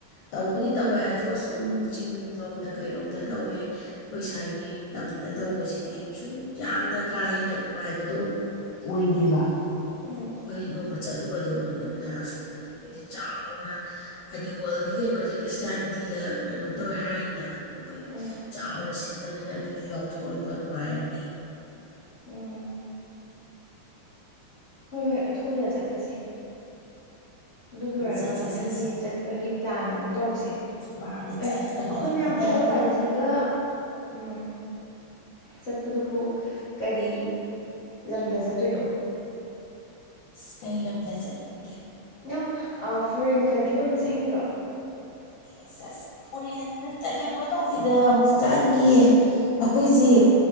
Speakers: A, on the left; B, on the left.
A: ꯇꯧꯕꯨꯗꯤ ꯇꯧꯋꯦ ꯍꯥꯏꯁꯨ ꯑꯁꯣꯝ ꯆꯤꯡ ꯂꯣꯝꯗ ꯀꯩ ꯔꯣꯝꯗ ꯇꯧꯋꯦ ꯑꯩꯈꯣꯏ ꯁꯥꯏꯒꯤ ꯇꯝꯗ ꯇꯧꯕꯁꯤꯗꯤ ꯁꯨꯝ ꯌꯥꯝꯅ ꯀꯥ ꯍꯦꯟꯅ ꯅꯨꯡꯉꯥꯏ ꯕꯗꯣ ꯑꯣꯏꯗꯦꯕ
B: ꯎꯝ
A: ꯈꯣꯏ ꯅꯣꯡꯃ ꯆꯠꯂꯨꯕꯗꯣ ꯑꯗꯨꯗꯅ ꯑꯁꯣꯝꯗ ꯗꯤ ꯆꯥꯎꯅ ꯍꯥꯏꯗꯤ ꯋꯥꯔꯜꯒꯤ ꯀꯩꯅꯣꯁꯦ ꯈ꯭ꯔꯤꯁꯇꯥꯟꯅꯤꯇꯤꯗ ꯀꯩꯅꯣ ꯇꯧꯋꯦ ꯍꯥꯏꯔꯤꯅꯤꯅ ꯑꯗꯨꯅ ꯃꯣꯏꯗꯤ
B: ꯎꯝ
A: ꯆꯥꯎꯅ ꯁꯤꯟꯕꯅꯤꯅ ꯑꯗꯨꯁꯨ ꯌꯥꯎꯊꯣꯔꯛꯄ ꯅꯨꯡꯉꯥꯏꯔꯅꯤ
B: ꯎꯪ ꯍꯣꯏ ꯑꯊꯨꯕꯗ ꯆꯠꯂꯁꯤ ꯑꯗꯨ ꯂꯣꯏꯔꯒ
A: ꯆꯠꯁꯦ
B: ꯃꯊꯪꯒꯤ
A: ꯆꯠꯁꯦ ꯑꯁ,
B: ꯆꯠꯄꯒꯤ ꯄ꯭ꯂꯥꯟ ꯑꯃꯨꯛ ꯇꯧꯁꯦ
A: ꯃꯥꯅꯦ
B: ꯑꯦ
A: ꯆꯠꯄꯒꯤꯗ
B: ꯑꯩꯈꯣꯏ ꯃꯌꯥꯝ
A: ꯈꯟꯊꯔ
B: ꯑꯩꯈꯣꯏ ꯄꯇꯤꯒ
A: ꯂꯣꯏꯔꯦ
B: ꯑꯝ ꯆꯠꯄꯗꯨꯕꯨ ꯀꯔꯤ ꯂꯝꯗ ꯆꯠꯇꯣꯏꯅꯣ <unintelligible>
A: ꯑꯁ ꯀꯩ ꯂꯝꯗ ꯆꯠꯅꯤꯡ
B: ꯅꯪ ꯐꯣꯔꯦꯟ ꯀꯟꯇ꯭ꯔꯤ ꯂꯣꯝꯗ ꯆꯠꯅꯤꯡꯗ꯭ꯔꯣ
A: ꯑꯦ ꯑꯁ ꯐꯣꯔꯦꯟ ꯅ ꯀꯩꯅꯣ ꯇꯧꯕꯗ ꯍꯧꯖꯤꯛꯀꯥꯟꯒꯤ ꯑꯩꯈꯣꯏꯁꯦ